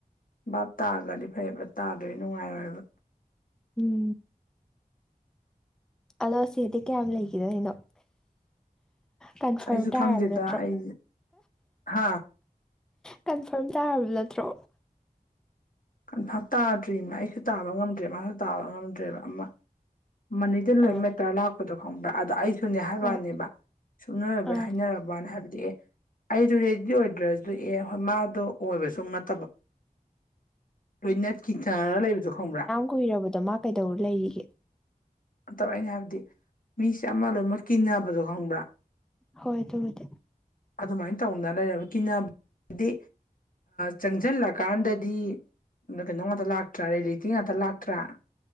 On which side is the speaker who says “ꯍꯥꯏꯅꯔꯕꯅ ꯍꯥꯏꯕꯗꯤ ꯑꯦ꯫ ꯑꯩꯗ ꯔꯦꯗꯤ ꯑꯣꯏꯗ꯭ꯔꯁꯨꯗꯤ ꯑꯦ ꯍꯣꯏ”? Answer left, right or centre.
Left